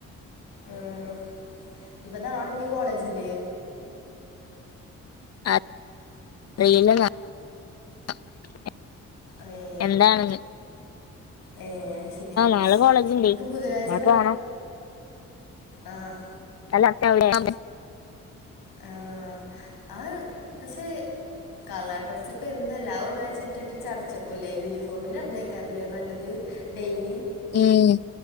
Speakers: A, on the left; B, on the left.
A: ആഹ് ഇപ്പൊ നാള ഇനി കോളേജില്ലേ
B: <inaudible>
A: ഏഹ്
B: എന്താണ്ന്ന്
A: ഏഹ് ശരി
B: നാളെ കോളേജിണ്ട്
A: നിങ്ങക്ക് ബുധനാഴ്ച
B: ഞാൻ
A: കാ
B: പോണം
A: ആഹ്
B: <unintelligible>
A: ആഹ് അത് പക്ഷേ കളർ ഡ്രസ്സ് ഇപ്പൊ എന്നല്ല ആ ഒരാഴ്ച്ച ഇട്ട്ട് ചടച്ചക്കൂലെ യൂണിഫോമന്നെ ഇറന്നേക്കാറില്ലേ നല്ലത് ഡെയ്ലി
B: ഉം